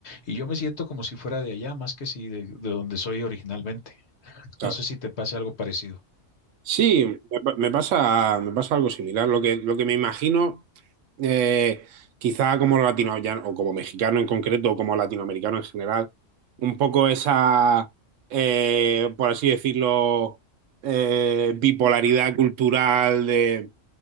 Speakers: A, on the left; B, on the right.
A: y yo me siento como si fuera de allá, más que si de, de donde soy originalmente.
B: Claro.
A: No sé si te pase algo parecido.
B: Sí, me pa- me pasa, me pasa algo similar. Lo que, lo que me imagino, eh, quizá como latino ya- o como mexicano en concreto, o como latinoamericano en general, un poco esa, eh, por así decirlo, eh, bipolaridad cultural de